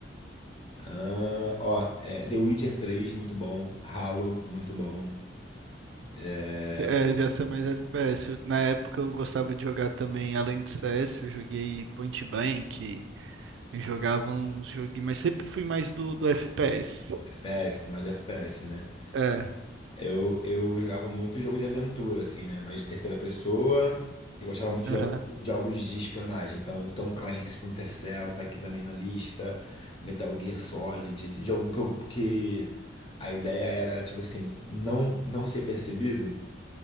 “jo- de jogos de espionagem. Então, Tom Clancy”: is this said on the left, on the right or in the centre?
Left